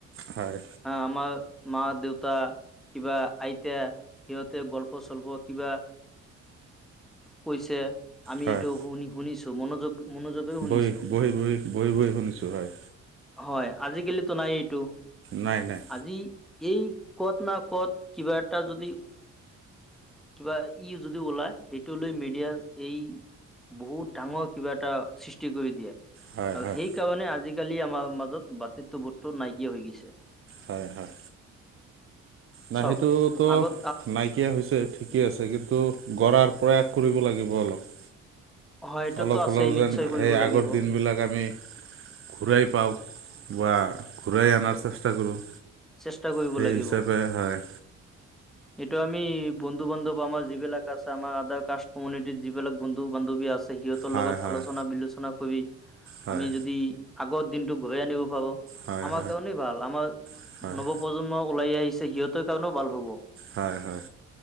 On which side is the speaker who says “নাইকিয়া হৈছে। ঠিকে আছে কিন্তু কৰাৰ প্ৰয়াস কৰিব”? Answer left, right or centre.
Right